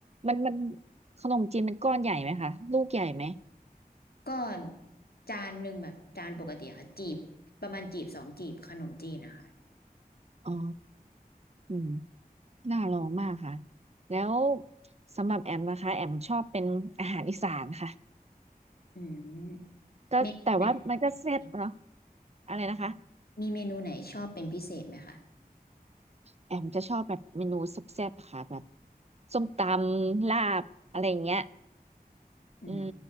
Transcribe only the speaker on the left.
ก็จานหนึ่งแบบจานปกติอะค่ะจีบประมาณจีบสองจีบขนมจีนนะคะ
อืมเมนูไหนชอบเป็นพิเศษ
มีเมนูไหนชอบเป็นพิเศษไหมคะ
อืม